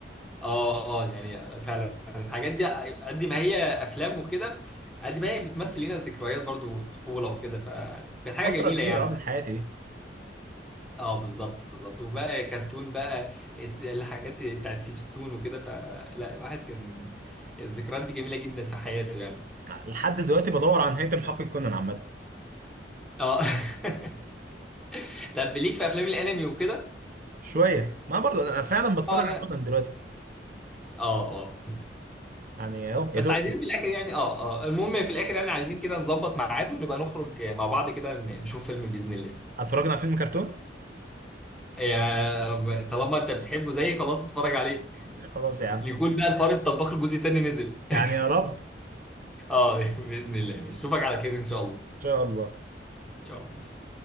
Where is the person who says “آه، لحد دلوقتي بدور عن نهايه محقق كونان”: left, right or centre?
Right